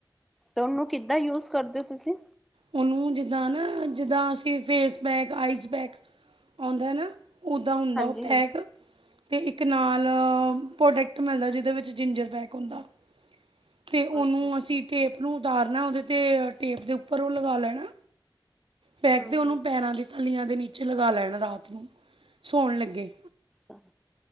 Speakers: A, in the centre; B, on the right.
A: ਤੇ ਉਹਨੂੰ ਕਿੱਦਾਂ ਯੂਜ ਕਰਦੇ ਹੋ ਤੁਸੀਂ?
B: ਉਹਨੂੰ ਜਿੱਦਾਂ ਨਾ ਜਿੱਦਾਂ ਅਸੀਂ ਫੇਸ ਪੈਕ, ਆਈਜ਼ ਪੈਕ ਆਉਂਦਾ ਨਾ। ਉਹਦਾ ਹੁੰਦਾ
A: ਹਾਂਜੀ
B: ਉਹ
A: ਹਾਂਜੀ
B: ਪੈਕ। ਤੇ ਇੱਕ ਨਾਲ ਪ੍ਰੋਡਕਟ ਮਿਲਦਾ ਜਿਹਦੇ ਵਿੱਚ ਜਿੰਜਰ ਪੈਕ ਹੁੰਦਾ। ਤੇ ਉਹਨੂੰ
A: ਅੱਛਾ
B: ਅਸੀਂ ਟੇਪ ਨੂੰ ਉਤਾਰਨਾ ਉਹਦੇ 'ਤੇ ਟੇਪ ਦੇ ਉੱਪਰ ਉਹ ਲਗਾ ਲੈਣਾ। ਪੈਕ
A: ਹਮ
B: ਦੇ ਉਹਨੂੰ
A: ਹਮ
B: ਪੈਰਾਂ ਦੇ ਥਲੀਆਂ ਦੇ ਨੀਚੇ ਲਗਾ ਲੈਣ ਰਾਤ ਨੂੰ। ਸੌਣ ਲੱਗੇ,
A: ਹਮ